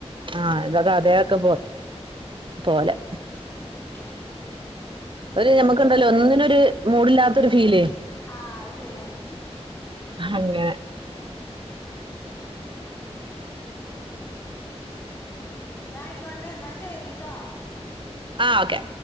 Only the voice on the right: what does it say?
ആഹ് ഇതൊക്കെ അതേൊക്കെ പോലെ
ഒരു നമുക്ക്ണ്ടല്ലോ ഒന്നിനോരു മൂഡില്ലാതൊരു ഫീല്.
അങ്ങനെ.
ആ ഓക്കെ